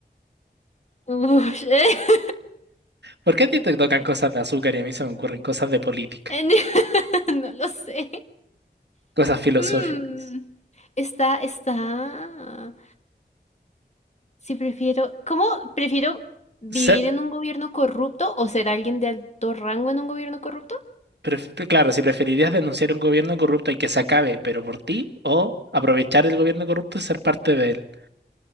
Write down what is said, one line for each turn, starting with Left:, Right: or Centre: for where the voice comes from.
Left: Ush. <laughs>
Right: ¿Por qué a ti te tocan cosas de azúcar y a mí se me ocurren cosas de política,
Left: En- <laughs> No lo sé.
Right: cosas filosóficas?
Left: Mm, Está, está. Si prefiero, ¿cómo prefiero vivir
Right: Se-
Left: en un gobierno corrupto o ser alguien de alto rango en un gobierno corrupto?
Right: pref- claro, si preferirías denunciar un gobierno corrupto y que se acabe, pero por ti, o aprovechar el gobierno corrupto y ser parte de él.